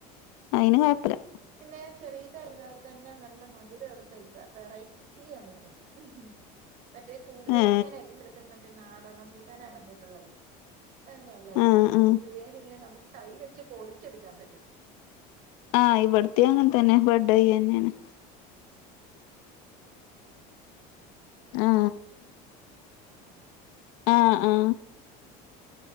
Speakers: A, on the left; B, on the right.
A: അയിന് കൊയപ്പില്ല
B: പിന്നെ ചെറിയതായിരുന്നാൽ തന്നെ നല്ല മധുരം ഉള്ള പൈസ വെറൈറ്റിയന്നു തോന്നും
A: <inaudible>
B: മറ്റേ കൂടുതലും
A: ഏ
B: ഞാൻ എല്ലായിടത്തും മറ്റേ നാടൻ റംമ്പൂട്ടാനാ കണ്ടിട്ടുള്ളത് അങ്ങനെയല്ല ഇതിങ്ങനെ
A: ആ ആ
B: കുരുവേന്നിങ്ങനെ നമുക്ക് കൈ വെച്ച് പൊളിച്ചെടുക്കാൻ പറ്റും
A: ആ ഇവിടുത്തേ അങ്ങനെ തന്നെ ബഡ്യ്യാനിയാന്ന് ആ ആ ആ ആ